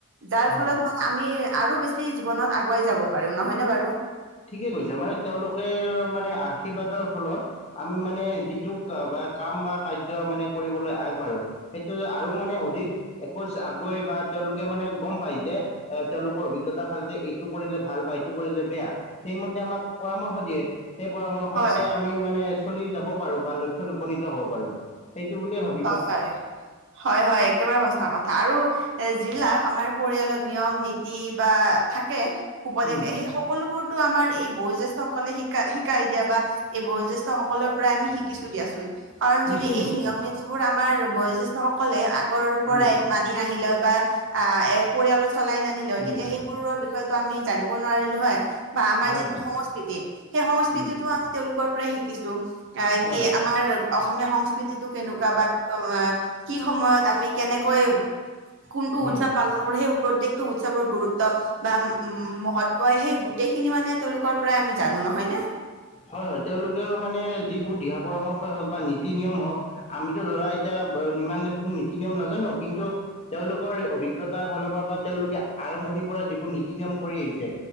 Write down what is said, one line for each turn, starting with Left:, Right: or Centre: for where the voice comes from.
Right: যাৰ
Left: অ
Right: ফলত মানে আমি আৰু বেছি জীৱনত আগুৱাই যাব পাৰিম নহয় নে বাৰু?
Left: ঠিকেই কৈছে মানে তেওঁলোকে মানে আশীৰ্বাদৰ ফলত আমি মানে যিটো কা বা কাম বা কাৰ্য মানে কৰিবলৈ আগবাঢ়ো সেইটো আৰু মানে অধিক এখোজ আগুৱাই বা তেওঁলোকে মানে গম পায় যে এ তেওঁলোকৰ অভিজ্ঞতা ফালে এইটো কৰিলে ভাল বা এইটো কৰিলে বেয়া। সেইমতে আমাক পৰামৰ্শ দিয়ে, সেই পৰামৰ্শমতে
Right: হয়
Left: আমি মানে চলি যাব পাৰো বা লক্ষ্যত উপনীত হ'ব পাৰো, সেইটো বুলিয়ে ভাব
Right: হয়-হয় হয়-হয় একেবাৰে সচা কথা আৰু এ, যিবিলাক আমাৰ পৰিয়ালৰ নিয়ম - নীতি বা থাকে উপদেশ
Left: উম
Right: সেই স কলোবোৰতো আমাৰ এই বয়োজ্যেষ্ঠ সকলে শিকা শিকাই দিয়া বা সেই বয়োজ্যেষ্ঠসকলৰ পৰাই আমি শিকিছো দিয়াচোন। কাৰণ
Left: নিশ্চয়
Right: যদি এই
Left: নিশ্চয়
Right: নিয়ম - নীতিবোৰ আমাৰ বয়োজ্যেষ্ঠ সকলে আগৰ পৰাই
Left: উম
Right: মানি নাহিলে বা আহ এ পৰিয়ালত চলাই নানিলেও
Left: উম
Right: তেতিয়া সেই বোৰৰ বিষয়তো আমি জানিব নোৱাৰিলো হয় বা আমাৰ
Left: হয়
Right: যিটো
Left: হয়
Right: সংস্কৃতি সেই সংস্কৃতিটো
Left: উম
Right: আমি তেওঁলোকৰ পৰাই শিকিছো অ,
Left: হয়
Right: কি
Left: হয়
Right: আমাৰ অসমীয়া সংস্কৃতিটোক কেনেকোৱা বা অ, কি সময়ত আমি কেনেকৈ কোনটো
Left: উম,
Right: উৎসৱ পালন কৰে সেই প্ৰত্যেকটো উৎসৱৰ গুৰুত্ব বা উম মহ কয় সেই গোটেই খিনি মানে তেওঁলোকৰ পৰাই আমি জানো নহয় নে
Left: হয়-হয় তেওঁলোকেও মানে যিবোৰ দিহা পৰামৰ্শই হওক বা নীতি-নিয়ম হওক আমিতো ধৰা এতিয়া ইমান নীতি-নিয়ম নাজানো কিন্তু তেওঁলোকৰ এই অভিজ্ঞতাৰ ফালৰ পৰা বা তেওঁলোকে আৰম্ভণিৰ পৰা যিবোৰ নীতি-নিয়ম কৰি আহিছে